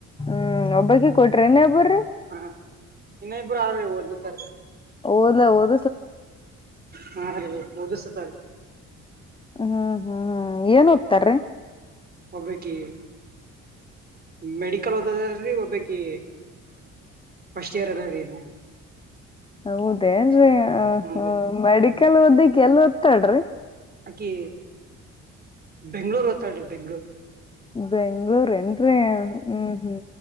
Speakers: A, on the left; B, on the right.
A: ಹ್ಮ್ ಒಬ್ಬಕ ಕೊಟ್ರೆ ಇ ಒಬ್ಬರು.
B: ಹಾ ಇನ್ನ ಇಬ್ಬರು ಆದ್ರರಿ ಓದಲತಾರೀ.
A: ಓದ
B: ಹಾ ಅರಿ ಓದು ಸತ.
A: ಹ್ಮ್ ಹ್ಮ್ ಏನ್ ಒತ್ತಾರಿ
B: ಒಬ್ಲ್ಯಾಕಿ ಮೆಡಿಕಲ್ ಓದದಲ್ರಿ ಒಬ್ಬೇಕಿ. ಫಸ್ಟ್ ಇಯರ್ ಅದಾದ್ರಿ ಇನ್ನ
A: ಹೌದೇನ್ರಿ ಹೊ ಹೊ
B: ಹ್ರೀ
A: ಮೆಡಿ ಕೆಲ್ ಓದ್ದಕ್ಕೆ ಎಲ್ ಓದ್ತಾಡ್ರಿ.
B: ಬಕಿ ಬೆಂಗ್ಳೂರು ಹತಾಳ ರೀ ಬೆಂಗಳೂರು.
A: ಬೆಂಗ್ಳೂರ್ ಎಏನ್್ರ ಹ್ಮ್ ಹ್ಮ್.